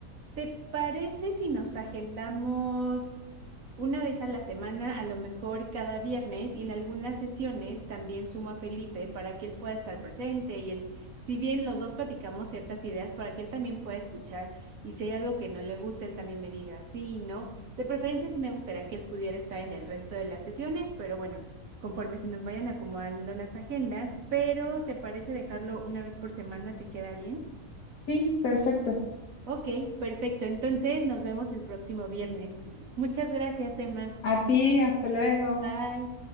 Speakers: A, on the right; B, on the left.
A: te parece si nos agendamos una vez a la semana, a lo mejor cada viernes, y en algunas sesiones también sumo a Felipe para que él pueda estar presente y él, si bien los dos platicamos ciertas ideas, para que él también pueda escuchar y si hay algo que no le gusta, él también me diga sí, no. De preferencia sí me gustaría que él pudiera estar en el resto de las sesiones, pero bueno, conforme se nos vayan acomodando las agendas, pero ¿te parece dejarlo una vez por semana? ¿Te queda bien?
B: Sí, perfecto.
A: Ok, perfecto. Entonces nos vemos el próximo viernes. Muchas gracias, Emma.
B: A ti, hasta luego.
A: Bye.